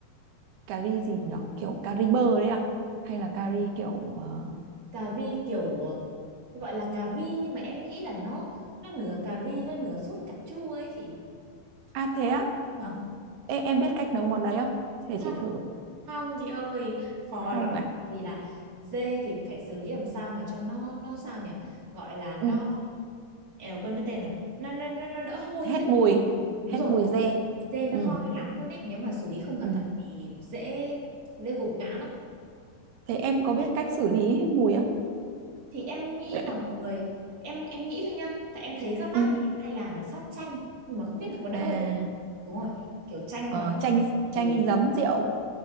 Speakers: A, on the right; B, on the right.
A: cà ri gì nhở kiểu cà ri bơ đấy à hay là cà ri kiểu ờ,
B: cà ri kiểu ờ, gọi là cà ri nhưng mà em nghĩ là nó nó nửa cà ri nó nửa sốt cà chua ấy chị
A: à thế á
B: Vâng.
A: Ê, em biết cách nấu món đấy không để chị
B: không
A: thử
B: không chị ơi khó
A: không
B: lắm
A: à
B: Tại vì là dê thì phải xử lý làm sao mà cho nó nó sao nhỉ gọi là nó
A: ừ.
B: em quên mất tên rồi nó nó nó, nó đỡ hôi
A: hết
B: ấy tại
A: mùi
B: đúng
A: hết
B: rồi
A: mùi dê
B: dê nó
A: ừ.
B: hôi lắm luôn ấy nếu mà xử lý không cẩn
A: Ừ.
B: thận thì dễ dễ gục ngã lắm
A: thế em có biết cách xử lý hết mùi không
B: thì em
A: <laughs>
B: nghĩ là mọi người em em nghĩ thôi nhá tại em thấy các bác
A: ừ.
B: nhà em hay làm là sát chanh nhưng mà không biết là có đỡ
A: à
B: hay đúng rồi kiểu chanh
A: ờ,
B: là
A: chanh
B: thích mùi
A: chanh giấm rượu